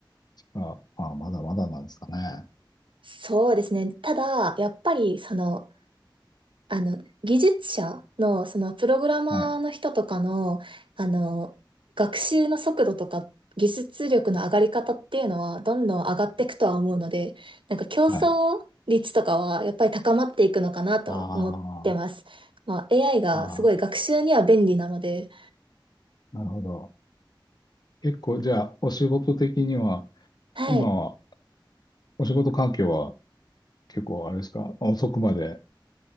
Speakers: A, on the left (about 55°); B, on the right (about 80°).
A: ああ、まだまだなんですかね。
B: そうですね。ただ、やっぱり、その、あの、技術者の、その、プログラマーの人とかの、
A: はい、
B: あの、学習の速度とか、技術力の上がり方っていうのは、どんどん上がっていくとは思うので、なんか競争率とかは、
A: はい。
B: やっぱり高まっていくのかなとは思ってます。
A: あ
B: まあ、AI がすごい学習には便利なので、
A: あ、ああ、なるほど。結構、じゃあ、お仕事的には、
B: はい。
A: 今は、お仕事環境は結構あれですか、遅くまで